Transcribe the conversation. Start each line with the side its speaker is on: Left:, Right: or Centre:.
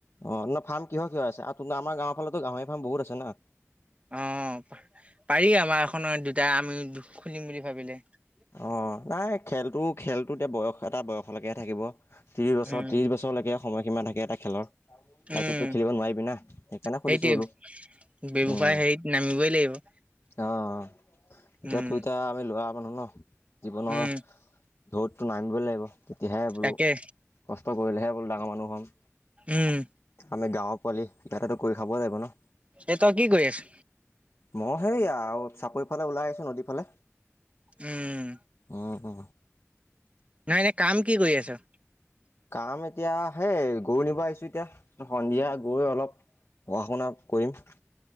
Left: অ ন ফাম কিহৰ কিহৰ আছে আমাৰ গাঁৱৰ ফালতো গাহৰি ফাৰ্ম বহুত আছে না
Right: অ পাৰি আমাৰ এখনৰ দুটাই আমি দু খুলিম বুলি ভাবিলো <unintelligible>
Left: অ নাই খেলটো খেলটো এতিয়া বয়স এটা বয়সলৈকেহে থাকিব ত্ৰিছ বছৰ
Right: উম,
Left: ত্ৰিছ বছৰলৈকে সময়সীমা থাকে এটা খেলৰ তাৰপিছত
Right: উম,
Left: তো খেলিব নোৱাৰিবি না সেইকাৰণে
Right: সেইটোৱে
Left: সুধিছো বোলো
Right: ব্যৱসায়
Left: উম
Right: হেৰিত নামিবই লাগিব
Left: অ এতিয়া
Right: উম
Left: তোৰ এতিয়া আমি লৰা মানুহ ন জীৱনৰ
Right: উম
Left: ঢৌতটো নামিবই লাগিব তেতিয়াহে বোলো
Right: তাকে
Left: কষ্ট কষ্ট কৰিলে হে বুলো ডাঙৰ মানুহ হম
Right: উম
Left: আমি গাঁৱৰ পোৱালি কিবাতাটো কৰি খাবই লাগিব ন
Right: এ তই কি কৰি আছ
Left: মই সেইয়া আৰু চাপৰি ফালে ওলাই আহিছো নদী ফালে
Right: উম
Left: অ অ
Right: নাই এনে কাম কি কৰি আছ
Left: কাম এতিয়া হেই গৰু নিব আহিছো এতিয়া সন্ধিয়া গৰুৱে অলপ পঢ়া শুনা কৰিম